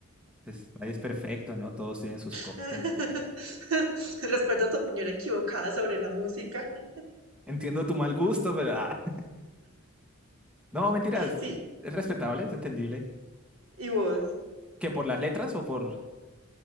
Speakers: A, in the centre; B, on the right (about 80°).
A: Pues nadie es perfecto, ¿no? Todos tienen sus
B: <laughs>
A: cosas. y
B: Respeto tu opinión equivocada sobre la música. <laughs>
A: <laughs> Entiendo tu mal gusto, pero... ah, <laughs> No, mentiras.
B: Sí,
A: Es respetable, es entendible.
B: ¿y vos?
A: ¿Que por las letras o por